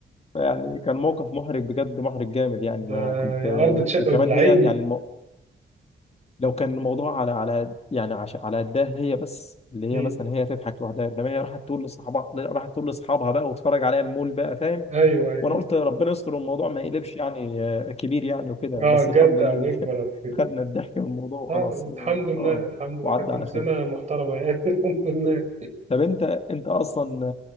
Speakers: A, on the left (about 30°); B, on the right (about 35°).
A: يعني كان موقف محرج بجد محرج جامد يعني
B: ده
A: ما كنت
B: يا ارض تشق
A: وكمان
B: وبلعيني
A: هي يعني الم... لو كان الموضوع على على يعني عشان على قدها هي بس اللي هي
B: مم.
A: مثلا هي تضحك لوحدها انما هي راحت تقول لصحابها راحت تقول لاصحابها بقى واتفرج عليها المول بقى فاهم
B: ايوه ايوه
A: وانا قلت ربنا يستر الموضوع ما يقلبش يعني آه، كبير يعني وكده
B: اه
A: بس الحمد
B: جد او
A: لله يعني
B: يكبر او
A: <laughs>
B: كده
A: خدنا الضحك من الموضوع وخلاص
B: آه الحمد
A: و-
B: لله
A: اه
B: الحمد لله
A: وعدى
B: كانت انسانه
A: على خير
B: محترمه يعني <laughs> الحمد لله
A: طب انت انت اصلا